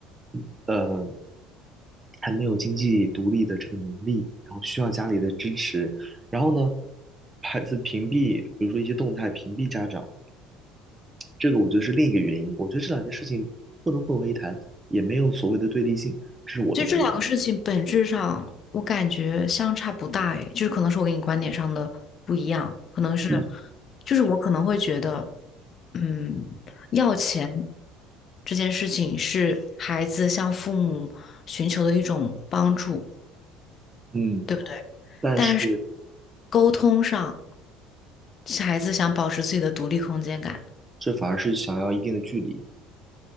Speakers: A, on the right (about 20°); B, on the left (about 45°).
A: 嗯呃，还没有经济独立的这个能力，然后需要家里的支持。然后呢，孩子屏蔽，比如说一些动态屏蔽家长，这个我觉得是另一个原因。我觉得这两件事情不能混为一谈，也没有所谓的对立性，这是我的观点。
B: 其实这两个事情本质上，我感觉相差不大，诶，就是可能是我跟你观点上的不一样，可能是，
A: 嗯
B: 就是我可能会觉得，嗯，要钱这件事情是孩子向父母寻求的一种帮助，
A: 嗯，
B: 对不对？
A: 但是
B: 但是沟通上，孩子想保持自己的独立空间感。
A: 这反而是想要一定的距离。